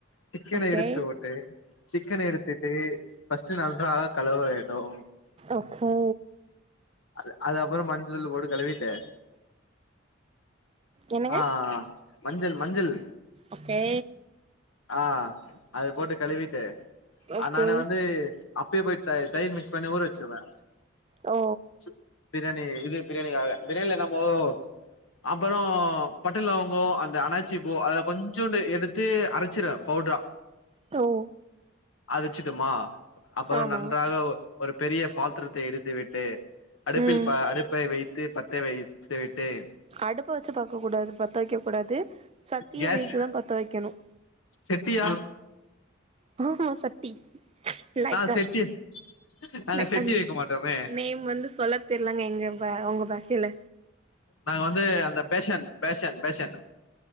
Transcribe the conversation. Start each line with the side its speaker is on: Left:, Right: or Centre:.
Left: சிக்கன
Right: ஓகே
Left: எடுத்து ஓட்டு சிக்கன் எடுத்துட் டு ஃபர்ஸ்ட்டு நன்றாக கழுவ வேண்டும்
Right: ஓகே
Left: அது அது அப்புறோ மஞ்சதூள் போட்டு கழுவிட்டு
Right: என்னங்க
Left: ஆஆஆ மஞ்சள் மஞ்சள்
Right: ஓகே
Left: ஆ அது போட்டு கழுவிட்டு
Right: ஓகே
Left: அது நானே வந்து அப்பயே போயி தை தைர் மிக்ஸ் பண்ணி ஊற வச்சிருவே
Right: ஓ
Left: ச் பிரியாணி இது பிரியாணி ஆக பிரியாணில நம்போ அப்பறோ பட்ட லவங்கோ அந்த அனாச்சி பு அதுல கொஞ்சோண்டு எடுத் த்து அரச்சுருவே பவுட்ரா
Right: தே
Left: அரச்சிட்டோமா அப்பறம்
Right: ஆமா
Left: நன்றாக ஒ ஒரு பெரிய பாத்திரத்தை எடுத்து விட்டு அடுப்பில்
Right: ம்
Left: பா அடுப்பை வைத்து பத்த வைத்துவிட்டு
Right: அடுப் வச்சு பாக்கக் கூடாது பத்த வைக்கக் கூடாது சட்டிய
Left: கேஸ்
Right: வைத்துதா பத்த வைக்கணு
Left: செட்டியா
Right: <unintelligible> சத்தி லைக்க
Left: நா செட்டி நாங்க
Right: லைக்க
Left: செட்டி வைக்க மாட்டோமே
Right: நேம் வந்து சொல்ல தெரிலாங்க எங்க உங்க பாஷையில
Left: நாங்க வந்து அந்த பேஷன் பேஷன் பேஷன்